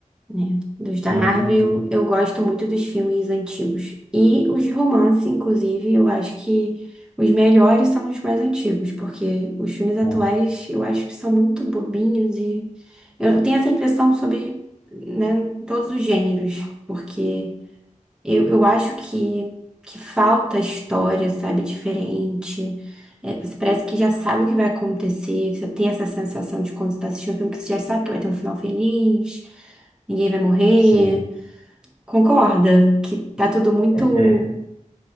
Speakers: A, in the centre; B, on the left.
A: né? Dos da
B: Hum,
A: Marvel, eu gosto muito dos filmes antigos. E os de romance, inclusive, eu acho que os melhores são os mais antigos, porque os filmes atuais
B: hum,
A: eu acho que são muito bobinhos e eu tenho essa impressão sobre, né, todos os gêneros, porque. Eu, eu acho que, que falta história, sabe, diferente. É, você parece que já sabe o que vai acontecer. Você tem essa sensação de quando você está assistindo um filme que você já sabe que vai ter um final feliz, ninguém vai morrer.
B: sim.
A: Concorda que tá tudo muito.
B: É,